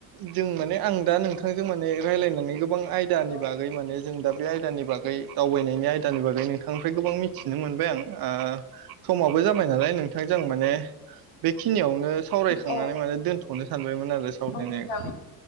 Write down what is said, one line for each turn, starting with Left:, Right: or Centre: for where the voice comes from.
Right: जों माने आं दा नोंथांजों माने रायज्लायनानै गोबां आयदानि
Left: औ
Right: बागै माने जों दा दानि बागै दावबायनायनि आयदानि बागै नोंथांनिफ्राय गोबां मिथिनो मोनबाय आं ओ समाबो जाबाय नालाय नोंथांजों माने बेखिनियावनो सावरायखांनानै
Left: औ
Right: माने दोनथ'नो सानबायमोन आरो सावरायनायखौ
Left: औ नोंथां